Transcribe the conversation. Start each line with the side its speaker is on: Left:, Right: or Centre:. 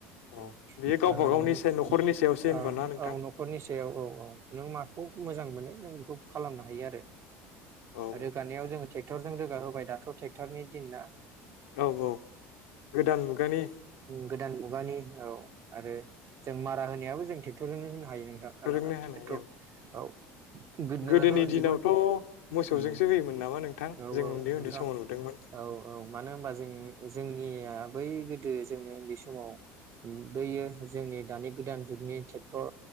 Left: अ
Right: उम
Left: बेयो गावबा
Right: हा होनानै
Left: गावनि से न'खरनि सायावसो होनबाना
Right: औ
Left: नोंथां
Right: औ न'खरनिसो ए औ औ नों माखौ मोजां मोनो? जों बेखौ खालामनो हायो आरो।
Left: औ औ
Right: रोगानायाव
Left: नोंथां
Right: जोङो टेक्टरजों रोग जा होबाय दाथ' टेक्टरनि दिनना
Left: औ औ गोदान मुगानि
Right: गोदान मुगानि औ आरो जों मारा होनायाबो जों टेक्टरजोंनो होनो हायो नोंथां खोनाबाय
Left: फोरोंनो होनाय
Right: एथ'
Left: औ
Right: औ गोदोनाथ'
Left: गोदोनि दिनावथ'
Right: जिगु
Left: मोसौजोंसो
Right: उम
Left: होयोमोन नामा नोंथां
Right: औ
Left: जों
Right: औ
Left: उन्दै
Right: नोंथां
Left: उन्दै समाव नुदोंमोन
Right: औ औ मानो होनबा जों जोंनिया बै गोदो जोङो उन्दै समाव बैयो जोंनि दानि गोदान जुगनि टेक्टर